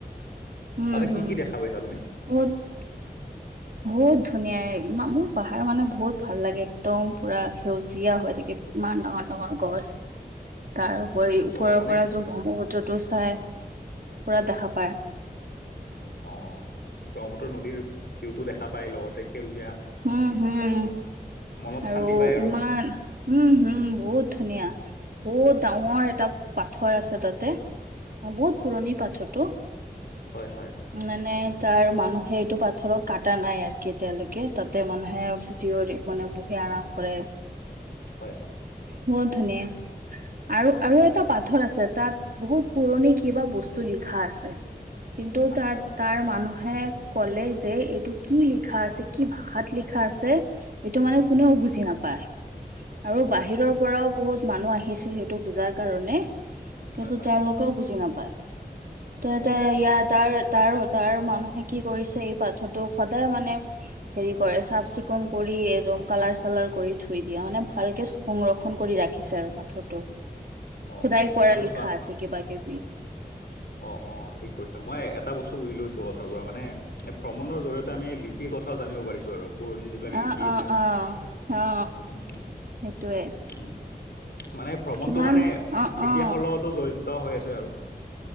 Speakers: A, on the right; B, on the left.
A: উম
B: তাতে
A: হম।
B: কি কি দেখা পাইছা <inaudible>
A: বহুত বহুত ধুনীয়া এই মাবমোৰ পাহাৰ মানে বহুত ভাল লাগে একদম পুৰা সেউজীয়া হৈ থাকে। ইমান ডাঙৰ ডাঙৰ গছ।
B: <inaudible>
A: তাৰ উপৰি ওপৰৰ
B: অ মানে
A: পৰা য ব্ৰহ্মপুত্ৰটো চাই পুৰা দেখা পায়।
B: অহ ব্ৰহ্মপুত্ৰ নদীৰ ভিউটো দেখা পায়। লগতে সেউজীয়া
A: হম হম
B: মনত
A: আৰু
B: শান্তি পায়
A: ইমান উম হম বহুত ধুনীয়া। বহুত ডাঙৰ
B: অ
A: এটা পাথৰ আছে তাতে। অ' বহুত পুৰণি পাথৰটো।
B: হয় হয়।
A: উম মানে তাৰ মানুহে এইটো পাথৰক কাটা নাই আৰু কেতিয়ালৈকে তাতে মানুহে ফিজীয়ৰি মানে বহি আৰাম কৰে।
B: হয়।
A: বহুত ধুনীয়া। আৰু
B: অ
A: আৰু এটা পাথৰ আছে, তাত বহুত পুৰণি কিবা বস্তু লিখা আছে। ত
B: আচ্ছা
A: তাত
B: আচ্ছা
A: তাৰ
B: অ
A: মানুহ হে ক'লে যে, এইটো কি লিখা আছে, কি ভাষাত লিখা আছে? এইটো মানে
B: উম
A: কোনেও
B: হুম
A: বুজি নাপায়। আৰু
B: অ
A: বাহিৰৰ পৰাও বহুত মানুহ আহিছিল সেইটো পূজাৰ কাৰণে কোনটো
B: হয় হয়।
A: তেওঁলোকেও বুজি নাপায়। তই
B: অ
A: এতিয়া
B: অ
A: ইয়াত তাৰ, তাৰ হ' তাৰ মানুহে কি কৰিছে, এই পাথৰটোক সদায় মানে- হেৰি কৰে, চাফ-চিকুণ কৰি একদম কালাৰ-চালাৰ কৰি থৈ দিয়ে। মানে ভালকে চ- সংৰক্ষণ কৰি ৰাখিছে আৰু পাথৰটোক,
B: অ
A: সদায়
B: অ
A: কৰা
B: মানে
A: লিখা আছে, কিবা-কিবি।
B: অ'অ', ঠিক কৰিছাঁ, মই এটা বস্তু বুজিলোঁ। এইটো কথাৰ পৰা মানে এই ভ্ৰমণৰ জৰিয়তে আমি লি কি কথাও জানিব পাৰিছোঁ আৰু। পুৰণি যিবিলাক
A: অ
B: লিপি
A: অ
B: আছে,
A: অ অ
B: উম্, উম্।
A: সেইটোৱে
B: উম্, মানে ভ্ৰমণটো
A: কিমান
B: মানে,
A: অ
B: ইতিহাসৰ
A: অ
B: লগতো জড়িত হৈ আছে আৰু।